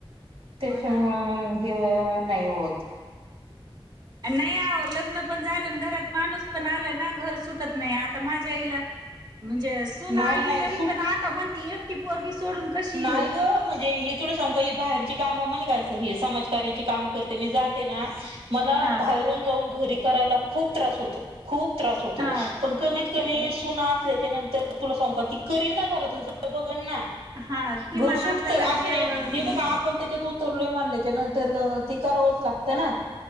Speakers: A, on the right (about 80°); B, on the right (about 45°).
A: त्याच्यामुळ
B: हो ना
A: मंग <unintelligible> हो नाही होत.
B: अन नाई आवो लग्न पण झाल न घरात माणूस पण आल ना घर सुटत नाई आता, माझ्या आईला म्हंजे अ सून
A: नाही
B: आली
A: नाही
B: तरी
A: सुट
B: पण, आता म्हणती एकटी पोरगी सोडून कशी
A: नाही
B: येऊ
A: ग म्हजे हे तुला सांगू का हे भाहेरचे काम म निघायचं हे समाजकार्याची कामं करते मी जाते ना मला
B: हा
A: भाहेरून जाऊन घरी करायला खूप त्रास होतो. खूप त्रास होतो
B: हा
A: पण, कमीत कमी सुना असल्याच्या नंतर तुला सांगु का, ती करीन ना घरातलं सगळं बघन ना.
B: हा किमान
A: घर सुटतं
B: आपल्याला
A: असं
B: जेवण
A: नाई हे बघ, आपण त्याच्यात उतरलोय म्हनल्या च च्यानंतर ते अ करावंच लागतं ना.